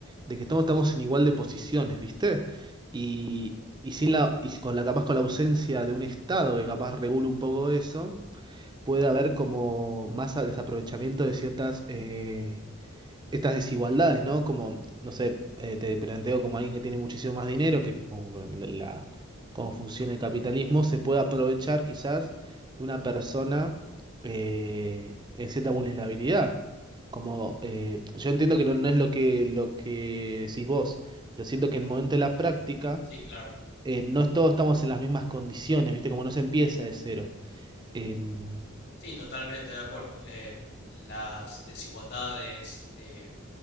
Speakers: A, on the right; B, on the left.
A: de que todos estamos en igual de posiciones, ¿viste? Y, y sin la, y con la, capaz con la ausencia de un Estado que capaz regule un poco eso, puede haber como más a- desaprovechamiento de ciertas eh, estas desigualdades, ¿no? Como, no sé, eh, te planteo como alguien que tiene muchísimo más dinero, que es como la, la- cómo funciona el capitalismo, se puede aprovechar quizás de una persona eh, en cierta vulnerabilidad. Como, eh, yo entiendo que no, no es lo que, lo que decís vos, pero siento que en el momento de la práctica,
B: Sí, claro.
A: eh, no es- todos estamos en las mismas condiciones, ¿viste? Como no se empieza de cero. Em,
B: Sí, totalmente de acuerdo. Em, las desigualdades, eh,